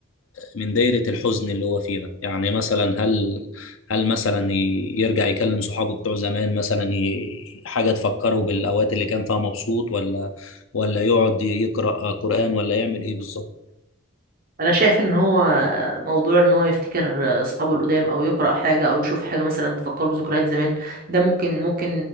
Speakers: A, on the left (about 75°); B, on the right (about 45°).
A: من دايرة الحزن اللي هو فيها يعني مثلا هل هل مثلا ي- يرجع يكلم صحابه بتوع زمان مثلا ي- حاجة تفكره بالأوقات اللي كان فيها مبسوط ولا ولا يقعد يقرأ قرآن ولا يعمل ايه بالظبط
B: انا شايف ان هو موضوع ان هو يفتكر اصحابه القدام او يقرا حاجه او يشوف حاجه مثلا تفكره بذكريات زمان ده ممكن ممكن